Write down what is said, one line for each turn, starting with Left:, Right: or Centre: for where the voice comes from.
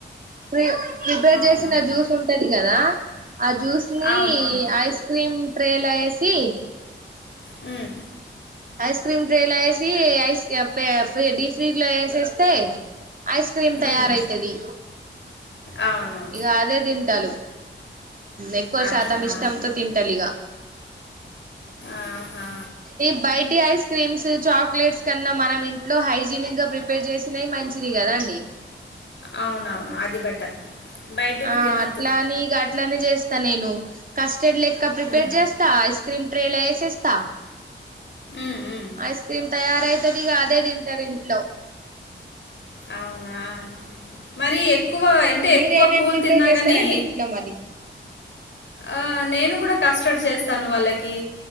Right: ప్రి ప్రిపేర్
Left: అవునవును
Right: చేసన జ్యూస్ ఉంటది కదా ఆ జ్యూస్ ని
Left: అవునవును
Right: ఐస్ క్రీమ్ ట్రేలా ఏసి
Left: ఉమ్
Right: ఐస్ క్రీమ్ డ్రేలా వేసి ఐస్ డీ ఫ్రీజ్ లో వేసేస్తే ఐస్ క్రీమ్ తయారైతది
Left: ఉమ్, అవును
Right: ఇగ అదే తింటాలు ఎక్కువ
Left: ఆహా
Right: శాతం ఇష్టంతో తింటరీగ
Left: ఆహా
Right: ఈ బైటి ఐస్ క్రీమ్స్ చాక్లేట్స్ కన్నా మనం ఇంట్లో హైజీనిక్ గా ప్రిపేర్ చేసినాయి మంచిది కదా అండి
Left: అవునవును అది బెటర్ బయటివి
Right: ఆ
Left: తినొద్దు
Right: అట్లానే ఇగ అట్లనీ చేస్తా నేను కస్టర్డ్ లెక్క ప్రిపేర్
Left: ఉమ్,
Right: చేస్తా ఇస్ క్రీమ్ ట్రేల ఎసేస్త
Left: ఉమ్, ఉమ్.
Right: ఐస్ క్రీమ్ తయారైతది ఇక అదే తింటరు ఇంట్లో
Left: అవునా మరి ఎక్కువ అంటే
Right: మీరేమేం
Left: ఎక్కువ కూల్
Right: ప్రిపేర్
Left: తిన్నా
Right: చేస్తారండి
Left: కాని
Right: ఇంట్లో మరి
Left: ఆ నేను కూడా కస్టర్డ్ చేస్తాను వాళ్ళకి